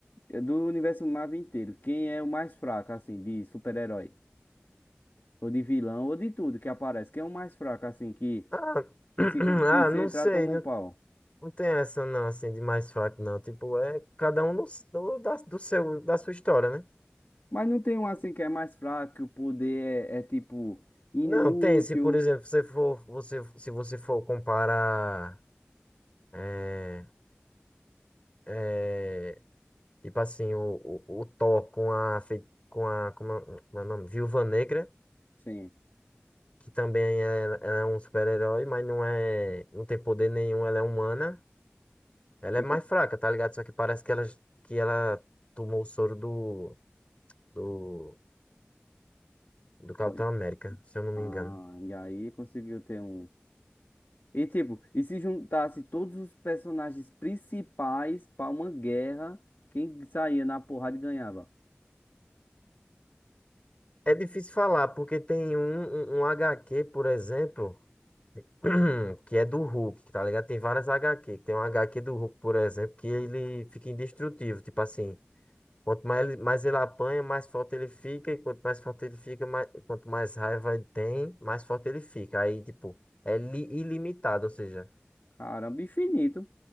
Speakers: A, on the left; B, on the left.
A: é Do universo Marvel inteiro, quem é o mais fraco, assim, de super-herói? Ou de vilão, ou de tudo que aparece. Quem é o mais fraco, assim, que,
B: Ah, <clears throat>
A: que,
B: ah,
A: se, co- que se
B: não
A: entrar
B: sei,
A: toma
B: não,
A: um pau?
B: não tem essa não, assim, de mais fraco não. Tipo, é cada um do, do, da, do seu, da sua história, né?
A: Mas não tem um, assim, que é mais fraco, que o poder é, é, tipo, inútil.
B: Não, tem, se por exemplo, você for, você, se você for comparar, é, é, tipo assim, o, o, o Thor com a, fei- com a, como é, como é o nome? Viúva Negra,
A: Sim.
B: que também é, ela é um super-herói, mas não é, não tem poder nenhum, ela é humana. Ela é
A: E
B: mais
A: co-
B: fraca, tá ligado? Só que parece que ela, que ela tomou o soro do, do, do Capitão
A: Olha.
B: América, se eu não me
A: Ah,
B: engano.
A: e aí conseguiu ter um. E tipo, e se juntasse todos os personagens principais pra uma guerra, quem saía na porrada ganhava.
B: É difícil falar, porque tem um, um, um HQ, por exemplo, <clears throat> que é do Hulk, tá ligado? Tem várias HQ. Tem um HQ do Hulk, por exemplo, que ele fica indestrutível. Tipo assim, quanto mais ele, mais ele apanha, mais forte ele fica. E quanto mais forte ele fica, mais, quanto mais raiva ele tem, mais forte ele fica. Aí, tipo, é li- ilimitado, ou seja.
A: Caramba, infinito.